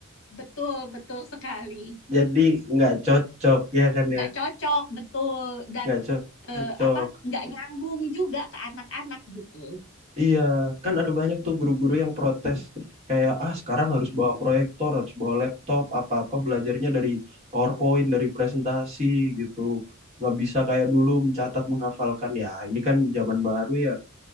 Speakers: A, on the left; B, on the right.
A: betul, betul sekali.
B: Jadi nggak cocok ya kan
A: Nggak
B: ya.
A: cocok, betul. Dan
B: Nggak co-
A: eh,
B: cocok.
A: apa nggak nyambung juga ke anak-anak gitu.
B: Iya, kan ada banyak tuh guru-guru yang protes kayak ah sekarang harus bawa proyektor, harus bawa laptop, apa-apa belajarnya dari PowerPoint, dari presentasi gitu. Nggak bisa kayak dulu mencatat, menghafalkan ya. Ini kan zaman baru ya,